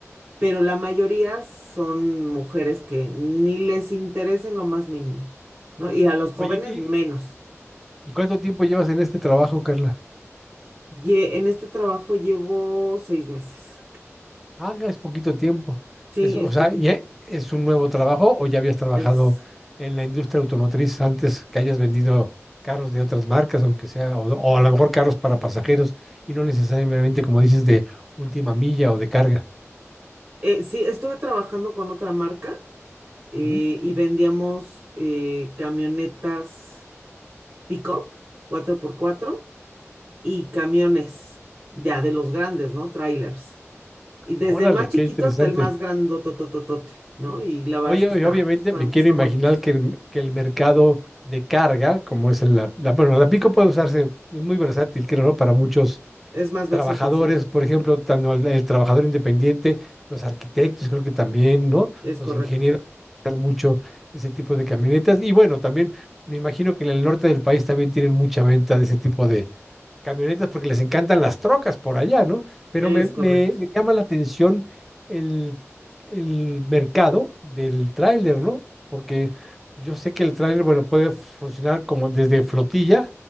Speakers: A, on the right; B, in the centre.
A: pero la mayoría son mujeres que ni les interesa en lo más mínimo, ¿no? Y a los jóvenes
B: Oye, ¿y,
A: menos.
B: y cuánto tiempo llevas en este trabajo, Carla?
A: Lle- en este trabajo llevo seis meses.
B: Ah, ya es poquito tiempo.
A: Sí,
B: Es, o
A: es
B: sea,
A: poquita.
B: ¿ya es un nuevo trabajo o ya habías trabajado
A: Es,
B: en la industria automotriz antes que hayas vendido carros de otras marcas, aunque sea, o, o a lo mejor carros para pasajeros y no necesariamente, como dices, de última milla o de carga?
A: eh, sí, estuve trabajando con otra marca eh,
B: Ujú.
A: y vendíamos eh, camionetas pick-up 4x4 y camiones ya de los grandes, ¿no? Trailers. Y desde
B: Órale,
A: el más chiquito
B: qué interesante.
A: hasta el más grandotototote, ¿no? Y la verdad
B: Oye,
A: es que está,
B: y obviamente
A: están,
B: me quiero
A: están
B: imaginar
A: bonitos.
B: que el, que el mercado de carga, como es el- la, la, bueno, la pico puede usarse, es muy versátil, creo, ¿no? Para muchos
A: Es más
B: trabajadores,
A: versátil, sí.
B: por ejemplo, tanto el, el trabajador independiente, los arquitectos, creo que también, ¿no?
A: Es
B: Los
A: correcto.
B: ingenieros utilizan mucho ese tipo de camionetas. Y bueno, también me imagino que en el norte del país también tienen mucha venta de ese tipo de, camionetas porque les encantan las trocas por allá, ¿no? Pero
A: Es
B: me, me-
A: correcto.
B: me llama la atención el, el mercado del tráiler, ¿no? Porque yo sé que el tráiler, bueno, puede funcionar como desde flotilla